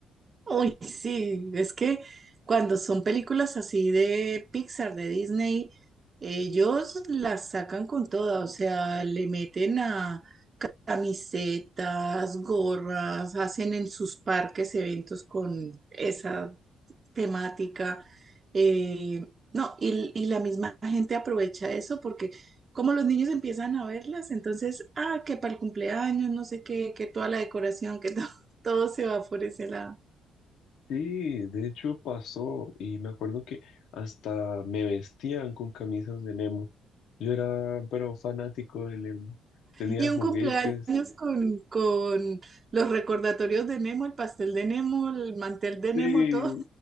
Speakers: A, on the right (about 35°); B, on the left (about 80°).
A: Uy, sí, es que cuando son películas así de Pixar, de Disney, ellos las sacan con toda, o sea, le meten a camisetas, gorras, hacen en sus parques eventos con esa temática. eh, no, y, y la misma gente aprovecha eso porque como los niños empiezan a verlas, entonces, ah, que para el cumpleaños, no sé qué, que toda la decoración, que to- <laughs> todo se va por ese lado.
B: Sí, de hecho pasó y me acuerdo que hasta me vestían con camisas de Nemo. Yo era, pero fanático de Nemo. Tenía
A: Y un
B: juguetes.
A: cumpleaños con, con los recordatorios de Nemo, el pastel de Nemo, el mantel de
B: Sí,
A: Nemo, todo.